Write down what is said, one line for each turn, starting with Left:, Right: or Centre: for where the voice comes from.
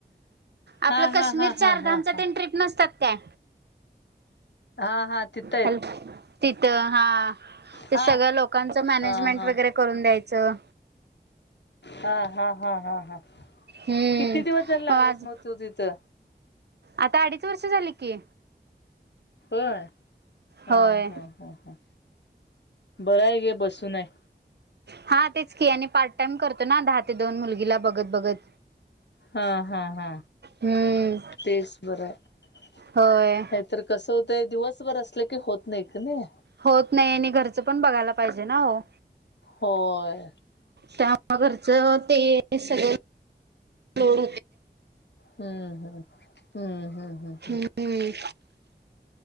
Right: आपलं
Left: हा हा
Right: कश्मीरच्या
Left: हा हा
Right: अर्धामच्या
Left: हा हा.
Right: तीन ट्रीप नसतात काय
Left: हा हा तित -
Right: हॅल तिथं हा ते
Left: हा.
Right: सगळ्या लोकांचं मॅनेजमेंट
Left: हा हा
Right: वगैरे, करून द्यायचं.
Left: हा हा हा हा हा
Right: हम्म
Left: किती दिवस जायला लागलास
Right: आज
Left: मग तू तिथं?
Right: आता अडीच वर्ष झाली की.
Left: प हा
Right: होय.
Left: हा ह ह बरं आहे घे बसूनय.
Right: हा तेच की आणि पार्ट टाइम करतो ना दहा ते दोन मुलगीला बघत बघत.
Left: हा हा हा
Right: हम्म
Left: तेच बर आहे.
Right: होय
Left: तर कसं होतंय दिवसभर असलं की होत नाही का नाही.
Right: होत नाही आणि घरचं पण बघायला पाहिजे ना हो.
Left: होय
Right: त्या घरचं ते सगळं, हो.
Left: हम्मम हम्म हम्म हम्म हम्म.
Right: हम्.